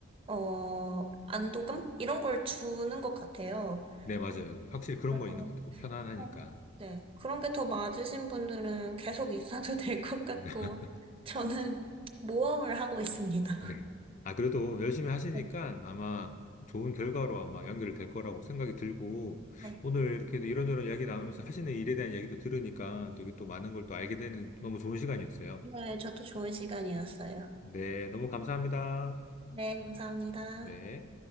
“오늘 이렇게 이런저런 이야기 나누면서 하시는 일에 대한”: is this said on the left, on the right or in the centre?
Left